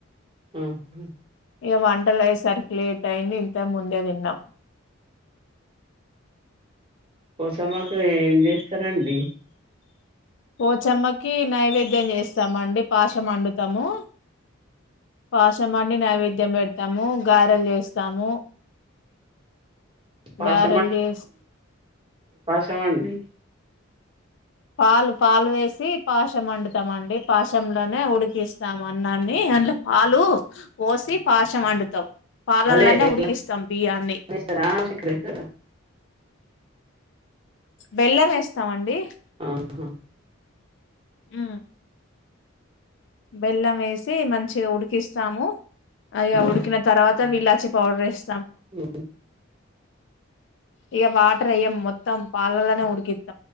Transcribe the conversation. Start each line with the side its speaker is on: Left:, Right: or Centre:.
Right: ఉ హు
Left: ఇగ వంటలు అయ్యే సరికి లేట్ అయింది ఇంతముందే తిన్నాం
Right: పోచమ్మకు ఏం చేస్తారండి
Left: పోచమ్మకి నైవేద్యం చేస్తమండి పాశం వండుతాము పాశం వండి నైవేద్యం పెడతాము గారెలు చేస్తాము
Right: పాశం
Left: గారెలు చేస్
Right: తమండి
Left: పాలు పాలు వేసి పాశం అండుతామాండి పాశంలోనే ఉడికిస్తాం అన్నాన్ని అన్ల పాలు ఓసి పాశం వండుతాం పాలల్లనే
Right: అదే బెల్లం
Left: ఉడికిస్తాం బియ్యాన్ని
Right: వేస్తారా చక్కెర వేస్తారా
Left: బెల్లం వేస్తామండి అండి
Right: ఉహు
Left: ఉ బెల్లం వేసి మంచిగా ఉడికిస్తాము అ ఇగఉడికిన తర్వాత వీలాచి పౌడర్ ఏస్
Right: ఉ
Left: ఇగ వాటర్ ఏయం మొత్తం పాలల్లా నే ఉడ్కిత్